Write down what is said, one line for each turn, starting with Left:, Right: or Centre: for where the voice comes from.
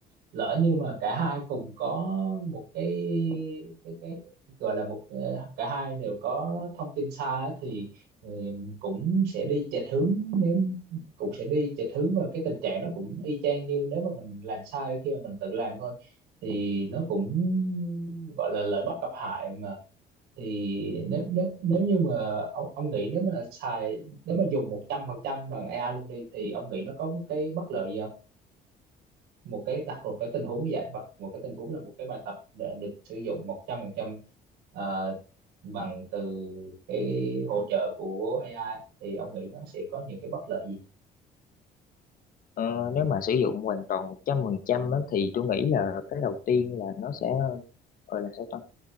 Right: lỡ như mà cả hai cùng có một cái cái cái gọi là một ờ, cả hai đều có thông tin sai á thì ờ, cũng sẽ đi chệch hướng nếu cũng sẽ đi chệch hướng và cái tình trạng nó cũng y chang như nếu mà mình làm sai khi mà mình tự làm thôi thì nó cũng gọi là lợi bất cập hại mà thì nếu nếu nếu như mà ông ông nghĩ nếu mà xài nếu mà dùng 100% bằng AI luôn đi thì ông nghĩ nó có một cái bất lợi gì không một cái đặt một cái tình huống như vậy và một cái tình huống là một cái bài tập đã được sử dụng 100% ờ, bằng từ cái hỗ trợ của AI thì ông nghĩ nó sẽ có những cái bất lợi gì
Left: ờ, nếu mà sử dụng hoàn toàn một trăm phần trăm á, thì tôi nghĩ là cái đầu tiên là nó sẽ gọi là sao ta